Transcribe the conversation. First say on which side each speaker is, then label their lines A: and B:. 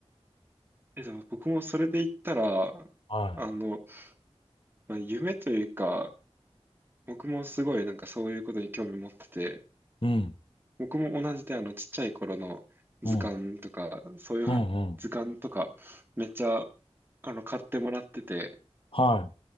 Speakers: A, on the right; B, on the left.
A: え、でも僕もそれで言ったら、
B: は
A: あの、まあ、夢というか、僕もすごいなんかそういうことに興味持ってて、
B: い。うん。
A: 僕も同じであのちっちゃい頃の図鑑とか、
B: うん。
A: そういうは図鑑とかめっちゃ
B: うん。うん。
A: あの買ってもらってて、
B: は